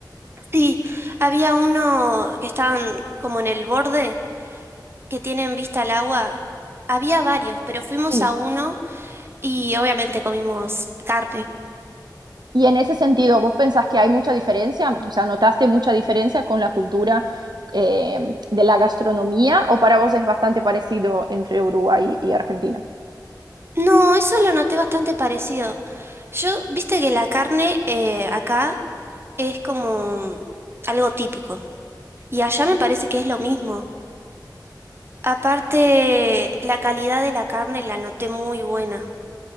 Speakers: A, on the right (about 35°); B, on the right (about 70°).
A: Sí, había uno que estaban como en el borde, que tienen vista al agua. Había varios, pero fuimos
B: Sí.
A: a uno y obviamente comimos carne.
B: Y en ese sentido, ¿vos pensás que hay mucha diferencia? O sea, ¿notaste mucha diferencia con la cultura eh, de la gastronomía o para vos es bastante parecido entre Uruguay y Argentina?
A: No, eso lo noté bastante parecido. Yo, viste que la carne eh, acá es como algo típico. Y allá me parece que es lo mismo. Aparte, la calidad de la carne la noté muy buena.